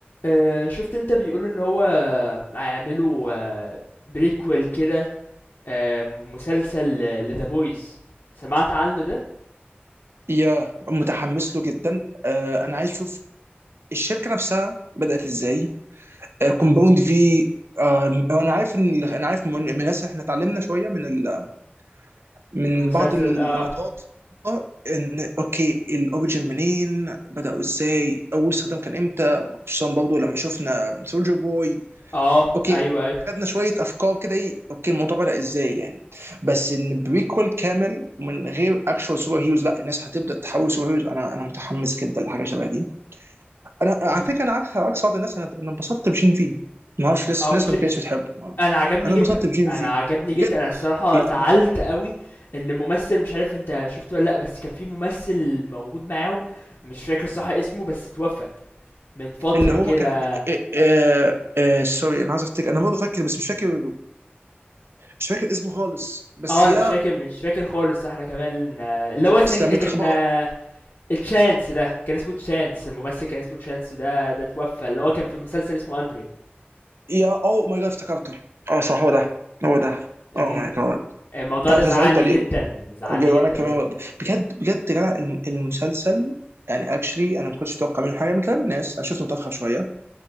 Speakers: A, on the left (about 65°); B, on the right (about 85°).
A: آه، شفت انت بيقولوا ان هو هيعملوا آه، بريكويل كده آه، مسلسل لذا بويز سمعت عنه ده
B: يا متحمس له جدا آه انا عايز اشوف الشركه نفسها بدات ازاي آه كومباوند في آه انا عارف ان انا عارف من من الناس احنا اتعلمنا شويه من ال... من
A: المسلسل
B: بعض اللقطات
A: اه
B: آه، ان اوكي الاوريجن منين بداوا ازاي اول استخدام كان امتى خصوصا برضه لما شفنا سولجر بوي
A: اه
B: اوكي
A: ايوه ايوه
B: خدنا شويه افكار كده ايه اوكي الموضوع بدأ ازاي يعني بس ان بريكول كامل ومن غير اكشوال سوبر هيروز لا الناس هتبدا تحول سوبر هيروز انا انا متحمس جدا لحاجه شبه دي انا على
A: امم
B: فكره انا عكس عكس بعض الناس انا انا انبسطت بجين في ما اعرفش في ناس
A: اه
B: في ناس
A: ج...
B: ما كانتش بتحبه
A: انا عجبني
B: انا
A: جدا
B: انبسطت بجين
A: انا
B: في
A: عجبني
B: بجد
A: جدا انا الصراحه
B: بي-
A: زعلت قوي ان الممثل مش عارف انت شفته ولا لا بس كان في ممثل موجود معاهم مش فاكر صح اسمه بس اتوفى من فتره
B: اللي هو
A: كده
B: كان آه، آه، آه، سوري انا عايز افتكر انا برضه فاكر بس مش فاكر مش فاكر اسمه خالص بس
A: اه
B: يا
A: انا مش فاكر مش فاكر خالص احنا كمان آه، اللي هو سن-
B: بس لما
A: كان
B: انت خبر
A: آه، تشانس ده كان اسمه تشانس الممثل كان اسمه تشانس ده ده توفى اللي هو كان في المسلسل اسمه اندري
B: يا او ماي جاد افتكرته اه صح هو ده هو ده
A: امم
B: او ماي جاد
A: الموضوع
B: ف- فزعلت
A: ده زعلني
B: عليه
A: جدا زعلني
B: وانا
A: جدا
B: كمان
A: بجد
B: بجد بجد يا جدع الم- المسلسل يعني اكشلي انا ما كنتش متوقع منه حاجه من كلام الناس انا شفته متاخر شويه